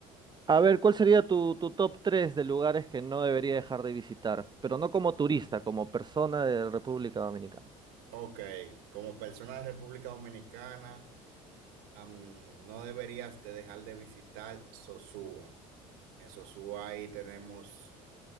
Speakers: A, on the right (about 25°); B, on the right (about 75°).
A: A ver, ¿cuál sería tu, tu top 3 de lugares que no debería dejar de visitar? Pero no como turista, como persona de República Dominicana.
B: Ok, como persona de República Dominicana, am, no deberías de dejar de visitar Sosúa. En Sosúa ahí tenemos